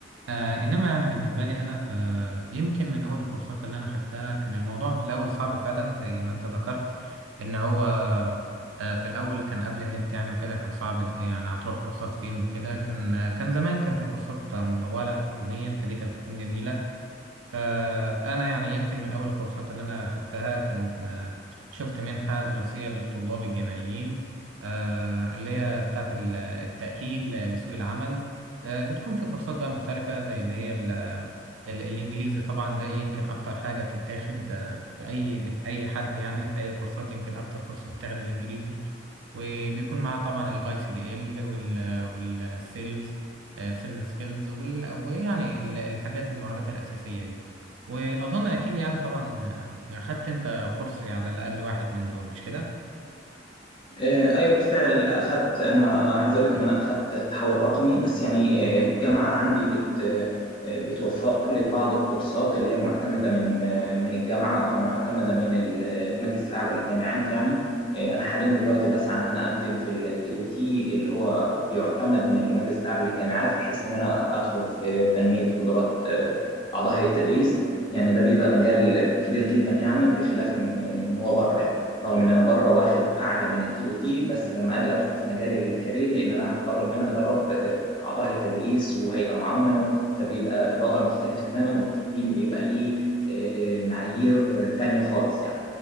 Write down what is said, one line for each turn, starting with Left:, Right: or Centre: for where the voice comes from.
Right: آه انما يعني بالنسبه لي انا فيمكن من اول الكورسات اللي انا خدتها كان الموضوع في الاول صعب فعلا زي ما انت ذكرت ان هو آه في الاول كان قبل النت يعني وكده كان صعب إز- يعني هتروح كورسات فين وكده كان آه، كان زمان كان في كورسات مموله حكوميا فدي كانت بتكون جميله آه، أنا يعني يمكن من أول الكورسات اللي أنا خدتها كان آه، شفت منحة دراسية للطلاب الجامعيين آه، اللي هي بتاعة ال- التأهيل لسوق العمل آه، بتكون في كورسات بقى مختلفة زي اللي هي ال- ال- الإنجليزي طبعا ده يمكن أكتر حاجة بتتاخد آه، في أي أي حد يعني في أي كورسات يمكن أكتر كورس بيتاخد الإنجليزي وبيكون معاه طبعا الاي سي دي ال والسيلز سيلز سكيلز ويعني ال- الحاجات المهارات الأساسية دي واظن اكيد يعني طبعا اخدت انت كورس على الاقل واحد من دول مش كده
Left: آه، ايوه بالفعل اخذت انا عايز اقول لك ان انا اخذت التحول الرقمي بس يعني آه، الجامعه عندي بت آه، بتوفر لي بعض الكورسات اللي هي معتمده من آه، من الجامعه او معتمده من ال- المجلس الاعلى للجامعات يعني آه، انا حاليا دلوقتي بسعى ان انا اقدم في التي او تي اللي هو بيعتمد من المجلس الاعلى للجامعات بحيث ان انا ادخل في تنميه قدرات آه، اعضاء هيئه التدريس يعني ده بيبقى مجال كبير جدا يعني بخلاف ان آه، إن هو بره يعني رغم ان انا بره واخد اعلى من التي او تي بس لما اجي ادخل في مجال الكارير لان انا هضطر ان انا ادرب آه، اعضاء هيئه تدريس وهيئه معاونه فبيبقى الوضع مختلف تماما والتقييم بيبقى ليه آه، معايير تانية خالص يعني